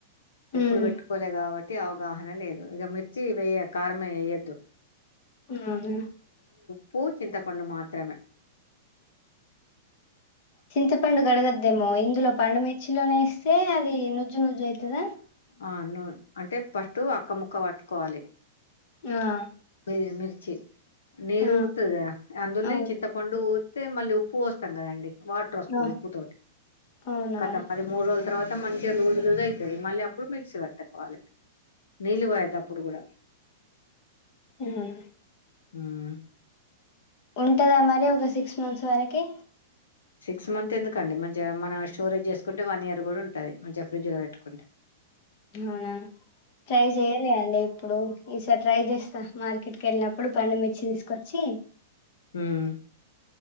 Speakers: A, on the left; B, on the left.
A: ఎప్పుడు
B: ఉమ్
A: పెట్టుకోలె గాబట్టి అంతె అవగాహన లేదు ఇగ మిర్చి వెయ్య కారంమే వెయ్యెద్దు
B: బానే
A: పూ చింతపండు మాత్రమె,
B: చింతపండు గడగద్దేమొ, ఇందులొ పండుమిర్చిలోనే యేస్తే, అది నుజ్- నుజు నుజు అయితద,
A: ఆవును అంటె ఫస్టు అక్క ముక్క బట్ కోవాలి.
B: ఆ
A: మి మిర్చి నీరు
B: ఆ
A: ఊర్ తుద్ గద అందులొనె
B: అవును
A: ఈ చింతపండు ఊర్ అంతె మళ్ళి ఉప్పు బోస్తం గదండి వాటర్ వస్తది
B: ఆ
A: ఉప్పుతోటి
B: అవునవును
A: కద మళ్ళ మూడు రోజుల తర్వాత అంత మంచిగ లూజు లూజు అయితది మళ్ళీ అప్పుడు మిక్సి పట్టుకోవాలి నీళ్ళు పోయద్దు అప్పుడు కూడ
B: అవును
A: హు మ్
B: ఉంటద మరి ఒక సిక్స్ మంత్స్ వరకి,
A: సిక్స్ మంత్ యెందుకండి, మంచిగ మన స్టోరేజ్ జేస్ కుంటె వన్ ఇయర్ గూడ ఉంటది మంచిగ ఫ్రిడ్జ్ లొ పెట్టుకుంటె
B: ఔన ట్రై జెయలె అండి ఎప్పుడు, ఈసార్ ట్రై జేస్త, మార్కెట్కి ఎల్ నప్పుడు పండుమిర్చి తీస్ కొచ్చి
A: హుమ్మ్